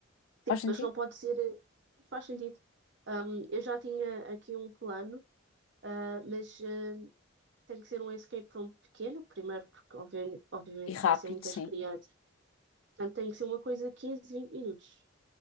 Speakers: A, on the left; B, on the right.
A: Faz
B: sim,
A: sentido?
B: mas não pode ser, faz sentido. Ahm, eu já tinha aqui um plano, ah, mas ah, tem que ser um escape room pequeno, primeiro, porque obviamente, obviamente
A: E rápido,
B: vai ser muitas
A: sim.
B: crianças. Portanto, tem que ser uma coisa de 15 20 minutos.